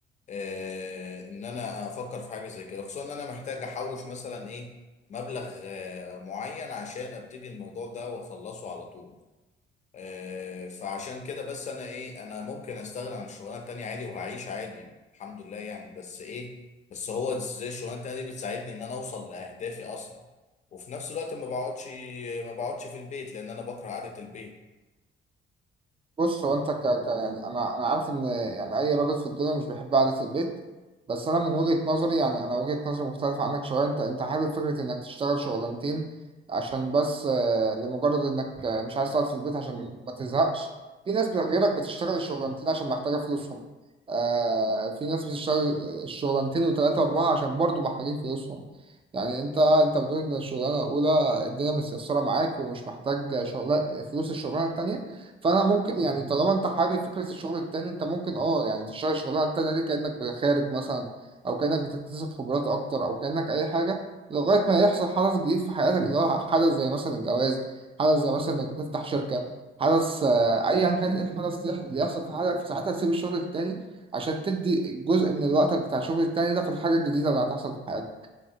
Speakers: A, on the left; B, on the right.
A: آه ان انا افكر في حاجه زي كده خصوصا ان انا محتاج احوش مثلا ايه مبلغ آه معين عشان ابتدي الموضوع ده واخلصه على طول آه، فعشان كده بس انا ايه انا ممكن استغنى عن الشغلانه التانيه عادي وهعيش عادي الحمد لله يعني بس ايه بس هو زي الشغلانه التانيه دي بتساعدني ان انا اوصل لاهدافي اسرع وفي نفس الوقت ما بقعدش ما بقعدش في البيت لان انا بكره قعده البيت
B: بص هو انت ك... ك... يعني انا انا عارف ان يعني اي راجل في الدنيا مش بيحب قعده البيت بس انا من وجهه نظري يعني انا وجهه نظري مختلفه عنك شويه انت انت حابب فكره انك تشتغل شغلانتين عشان بس آه، لمجرد انك آه، مش عايز تقعد في البيت عشان ما تزهقش في ناس غيرك بتشتغل الشغلانتين عشان محتاجه فلوسهم آه في ناس بتشتغل الشغلانتين وثلاثه واربعه عشان برضو محتاجين فلوسهم يعني انت انت بتقول ان الشغلانه الاولى الدنيا متيسره معاك ومش محتاج شغل فلوس الشغلانه التانيه فانا ممكن يعني طالما انت حابب فكره الشغل التاني انت ممكن اه يعني تشتغل الشغلانه التانيه دي كانك خارج مثلا او كانك بتكتسب خبرات اكتر او كانك اي حاجه لغايه ما يحصل حدث جديد في حياتك اللي هو حدث زي مثلا الجواز حدث زي مثلا انك تفتح شركه حدث آه، ايا كان ايه الحدث اللي يح- اللي يحصل في حياتك في ساعتها تسيب الشغل التاني عشان تدي جزء من الوقت بتاع الشغل التاني ده في الحاجه الجديده اللي هتحصل في حياتك